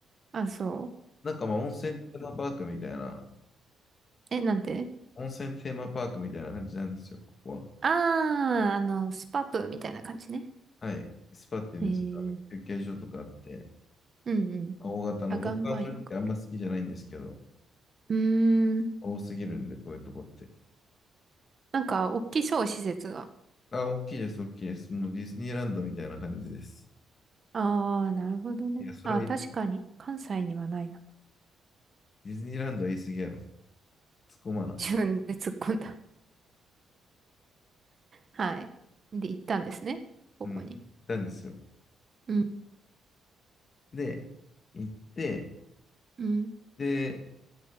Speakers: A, on the right; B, on the left.
A: あ、そう。
B: なんかまあ、温泉テーマパークみたいな、
A: え、なんて
B: 温泉テーマパークみたいな感じなんですよ、ここは。
A: あー、あの、スパプみたいな感じね。
B: はい。スパっていうんですか、
A: えー、
B: あの休憩所とかあって、
A: うんうん。
B: まあ大型の、
A: あ、岩盤浴ある。
B: 僕は正直あんま好きじゃないんですけど、
A: うーん、
B: 多すぎるんで、こういうとこって。
A: なんか、大きそう、施設が。
B: あ、大きいです、大きいです。もうディズニーランドみたいな感じです。
A: あー、なるほどね。
B: いや、それはいい。
A: あー、確かに、関西にはないな。
B: ディズニーランドは言い過ぎやろ。突っ込まな。
A: 自分で突っ込んだ。はい。で、行ったんですね。ここに。
B: うん。行ったんですよ。
A: うん、
B: で、行って、
A: うん、
B: で、